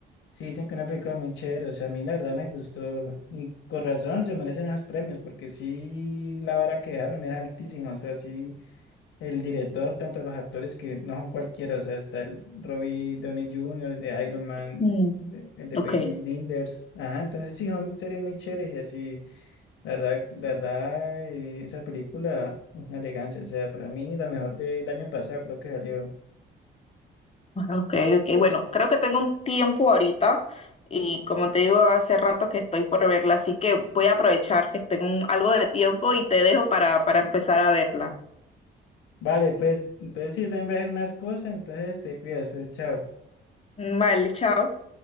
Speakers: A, on the left (about 85°); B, on the left (about 30°).
A: sí dicen que es una película muy chévere, o sea, a mí la verdad me gustó, y con razón se merecen esos premios, porque sí, la vara que dejaron es altísima, o sea, sí el director, tanto los actores que no son cualquiera, o sea, está el Robbie Downey Jr., el de Iron Man,
B: Mm,
A: eh, el de
B: ok,
A: Peaky Blinders, ajá, entonces sí, son series muy chéveres y así, la verdad, la verdad, eh, esa película, una elegancia, o sea, para mí la mejor del año pasado creo que salió.
B: ah, ok, ok. Bueno, creo que tengo un tiempo ahorita y como te digo, hace rato que estoy por verla, así que voy a aprovechar que tengo un- algo de tiempo y te dejo para, para empezar a verla.
A: Vale, pues, entonces sí, yo también voy a hacer unas cosas, entonces te cuidas, pues, chao.
B: Vale, chao.